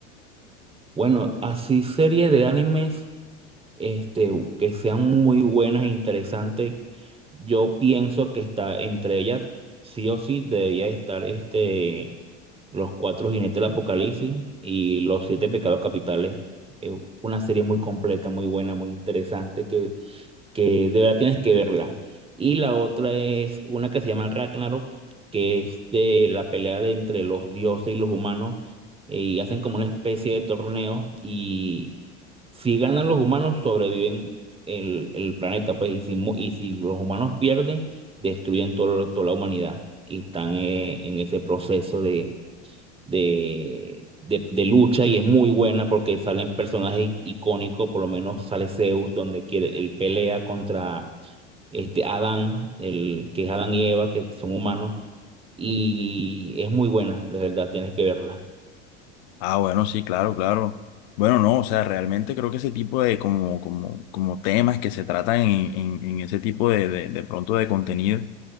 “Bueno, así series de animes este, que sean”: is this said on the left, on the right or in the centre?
Right